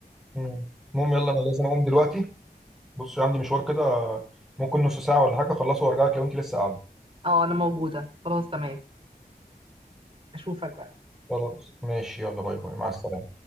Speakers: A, in the centre; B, on the right.
A: مم. المهم يلا انا لازم اقوم دلوقتي بص عندي مشوار كده ممكن نص ساعه ولا حاجه اخلصه وارجع لك لو انت لسه قاعده
B: اه انا موجودة خلاص تمام اشوفك بقى
A: خلاص ماشي يلا باي باي مع السلامه